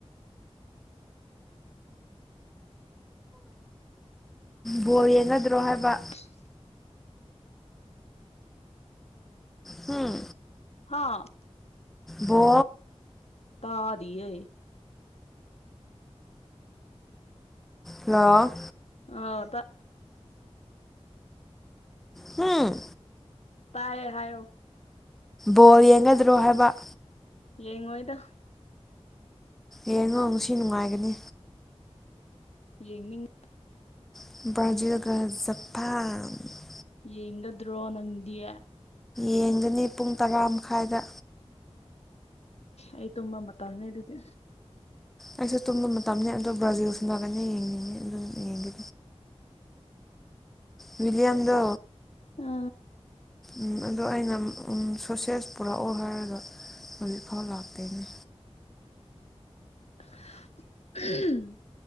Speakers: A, in the centre; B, on the left (about 70°).
A: ꯕꯣꯜ ꯌꯦꯡꯅꯗ꯭ꯔꯣ ꯍꯥꯏꯕ
B: <unintelligible>
A: ꯍꯝ
B: ꯍꯥ
A: ꯕꯣ
B: ꯇꯥꯔꯤꯌꯦ
A: ꯍꯜꯂꯣ
B: ꯑꯇꯥ
A: ꯍꯝ
B: ꯇꯥꯏꯌꯦ ꯍꯥꯏꯌꯣ
A: ꯕꯣꯜ ꯌꯦꯡꯒꯗ꯭ꯔꯣ ꯍꯥꯏꯕ
B: ꯌꯦꯡꯑꯣꯏꯗ
A: ꯌꯦꯡꯉꯣ ꯉꯁꯤ ꯅꯨꯡꯉꯥꯏꯒꯅꯤ꯫
B: ꯌꯦꯡꯅꯤꯡ
A: ꯕ꯭ꯔꯥꯖꯤꯜꯒꯖꯞꯄꯥꯟ
B: ꯌꯦꯡꯒꯗ꯭ꯔꯣ ꯅꯪꯗꯤ꯫
A: ꯌꯦꯡꯒꯅꯤ ꯄꯨꯡ ꯇꯔꯥ ꯃꯈꯥꯏꯗ꯫
B: ꯑꯩ ꯇꯨꯝꯕ ꯃꯇꯝꯅꯤ ꯑꯗꯨꯗꯤ꯫
A: ꯑꯩꯁꯨ ꯇꯨꯝꯕ ꯃꯇꯝꯅꯤ ꯑꯗꯣ ꯕ꯭ꯔꯥꯖꯤꯜ ꯁꯟꯅꯒꯅꯤ ꯌꯦꯡꯅꯤꯡꯉꯤ ꯑꯗꯨ ꯌꯦꯡꯒꯅꯤ꯫ ꯋꯤꯂꯤꯌꯥꯝꯗꯣ
B: ꯑ
A: ꯎꯝ ꯑꯗꯣ ꯑꯩꯅ ꯁꯣꯁꯦꯁ ꯄꯨꯔꯛꯑꯣ ꯍꯥꯏꯔꯒ ꯍꯧꯖꯤꯛꯐꯥꯎ ꯂꯥꯛꯇꯦꯅꯦ꯫
B: <unintelligible>